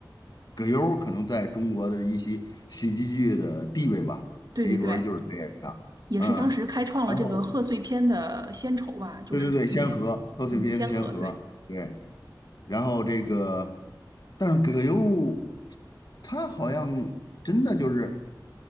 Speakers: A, on the left; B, on the right.
A: 葛优儿可能在中国的一些喜剧剧的地位吧，
B: 对对对。
A: 可以说就是这样。
B: 也是当时开创了这个贺岁片的先筹吧，
A: 嗯，然后
B: 就是每一年，
A: 对对对，先河，贺岁片先河，
B: 嗯，先河，对
A: 对。然后这个，但是葛优他好像真的就是